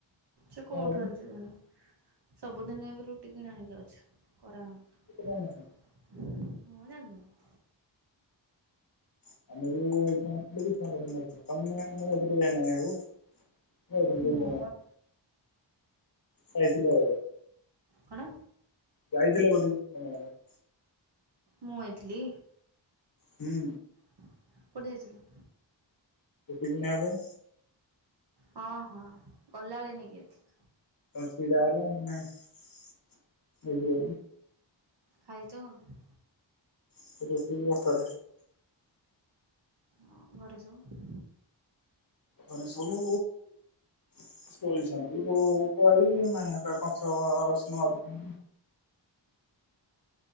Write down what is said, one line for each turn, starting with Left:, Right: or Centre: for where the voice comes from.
Left: କେତେ
Right: ସେ କୋଉଠୁ ଆଣିଛି ଜାଣି ସବୁଦିନ ଏବେ ରୁଟି କିଣା ହେଇକି ଆଉଛି କରା ହଉନି।
Left: ଟଙ୍କା ଲେଖା
Right: ମୁଁ ଜାଣିନି।
Left: <unintelligible> <unintelligible>
Right: ମୁଁ
Left: ପାଇଥିଲ ବୋଧେ?
Right: କଣ?
Left: ଯାାଇଥିଲ ବୋଧେ <unintelligible>
Right: ମୁଁ ଆଇଥିଲି?
Left: ହୁଁ
Right: କୋଉଠି ଯାଇଥିଲି?
Left: ଦିନା ପାଇଁ।
Right: ହଁ ହଁ ଗଲାଏଳେ ନେଇକି ଯାଇଥିଲ
Left: ଅସୁବିଧା ହେଲା ମାନେ ଏଇଠି ରହିଲି।
Right: ଖାଇଚ କଣ?
Left: <unintelligible>
Right: ହଁ ଘରେ ସବୁ
Left: ଘରେ ସବୁ ଶୋଇଛନ୍ତି ମୁଁ କହି ମାଇଁୟ। କଂସଭ ସ୍ନୁ ମଇ